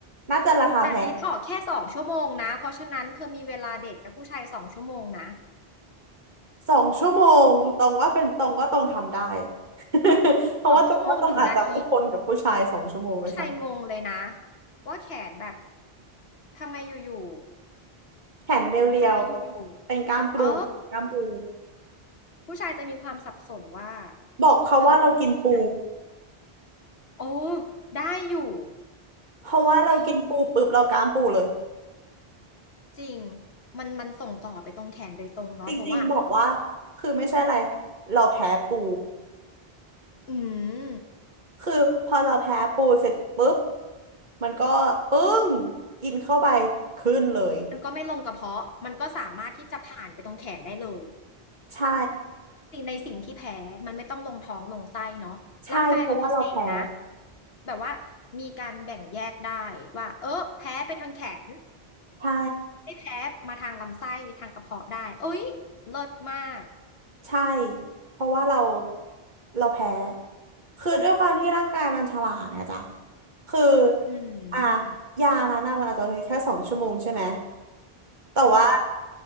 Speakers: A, on the right; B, on the left.
A: น่าจะราคาแพง
B: แต่ลิ์ออกแค่สองชั่วโมงนะเพราะฉะนั้นเธอมีเวลาเดทกับผู้ชายสองชั่วโมงนะ
A: สองชั่วโมงตองว่าเป็นตรงว่าตองทำได้ <laughs> เพราะว่าตองว่าตองอาจจะไม่ทนกับผู้ชายสองชั่วโมงด้วยซ้ำ
B: สองชั่วโมงหนึ่งนาทีปุ๊บผู้ชายงงเลยนะว่าแขนแบบทำไมอยู่
A: แขนเรียวๆเป็นกล้ามปูกล้ามปู
B: ๆทำไมอยู่ๆเออผู้ชายจะมีความสับสนว่า
A: บอกเขาว่าเรากินปู
B: สรุปประเภทไหนโอ้ได้อยู่
A: เพราะว่าเรากินปูปุ๊บเรากล้ามปูเลย
B: ได้อยู่จริงมันมันส่งต่อไปตรงแขนโดยตรงเนาะเพราะว่า
A: จริงๆบอกว่าคือไม่ใช่อะไรเราแพ้ปู
B: อืม
A: คือพอเราแพ้ปูเสร็จปุ๊บมันก็ปึ้งกินเข้าไปขึ้นเลย
B: มันก็ไม่ลงกระเพาะ มันก็สามารถที่จะผ่านไปตรงแขนได้เลย
A: ใช่
B: สิ่งในสิ่งที่แพ้มันไม่ต้องลงท้องลงไส้เนาะร่างกายเราพิเศษนะ
A: ใช่เพราะว่าเราแพ้
B: แบบว่ามีการแบ่งแยกได้ว่าเออ แพ้ไปทางแขน
A: ใช่
B: ไม่แพ้มาทางลำไส้ทางกระเพาะได้เอ้ยเลิศมาก
A: ใช่เพราะว่าเราเราแพ้คือด้วยความที่ร่างกายมันฉลาดไงจ๊ะคือ
B: อื
A: อ่ะ
B: ม
A: ยานั้นน่ะมันอาจจะเหลือแค่สองชั่วโมงใช่ไหมแต่ว่า
B: อืม